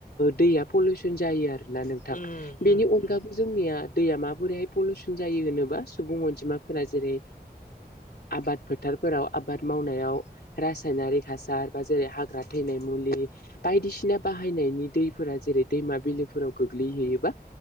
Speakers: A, on the left; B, on the left.
A: दैया पलिउसन जायो आरो ना नोंथां
B: उम
A: बेनि
B: उम
A: अनगाबो
B: उम
A: जोंनिया दैया मा बोरैहाय पलिउसन जायो होनोबा सुबुं अनजिमाफोरा जेरै आबाद फोथारफोराव आबाद मावनायाव रासायनारि हासार बा जेरै हाग्रा थैनाय मुलि बायदिसिना बाहायनायनि दैफोरा जेरै दैमा बिलोफोराव गोग्लैहैयोबा